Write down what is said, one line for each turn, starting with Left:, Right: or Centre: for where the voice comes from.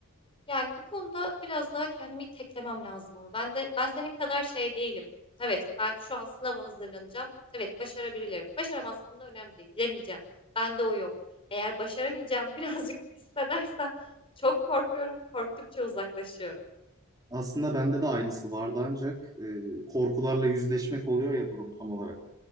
Left: Yani bu konuda biraz daha kendimi iteklemem lazım ama ben de ben senin kadar şey değilim. Evet, ben şu an sınava hazırlanacağım. Evet, başarabilirim. Başaramazsam da önemli değil. Deneyeceğim. Bende o yok. Eğer başaramayacağım <laughs> birazcık hissedersem çok korkuyorum. Korktukça uzaklaşıyorum.
Right: Aslında bende de aynısı vardı ancak e, korkularla yüzleşmek oluyor ya durum tam olarak.